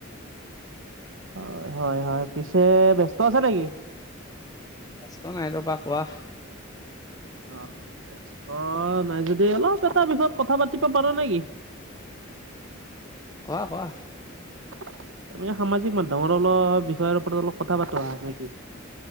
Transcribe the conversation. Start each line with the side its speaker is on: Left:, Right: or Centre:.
Right: হয়, হয়' হয়! পিছে ব্যস্ত আছে নেকি?
Left: ব্যস্ত নাই ৰবা পোৱা!
Right: অ', বস্ত নাই যদি অলপ এটা বিষয়ত কথা পাতিব পাৰো নে কি?
Left: কোৱা কোৱা?
Right: তাৰপিছ সামাজিক মাধ্যমৰ অলপ বিষয়ৰ ওপৰত অলপ কথা পাতো নেকি?